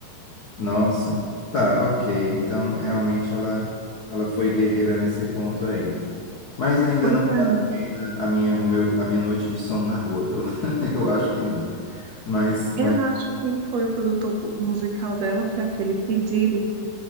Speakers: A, on the left; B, on the right.
A: Nossa, tá, ok. Então, realmente ela, ela foi guerreira nesse ponto aí. Mas ainda
B: Pois
A: não
B: é,
A: vale a pena a minha, o meu, a minha noite de sono na rua, pelo... <laughs> eu acho que não. Mas,
B: eu
A: mas,
B: acho que quem foi o produtor musical dela foi aquele P. Diddy.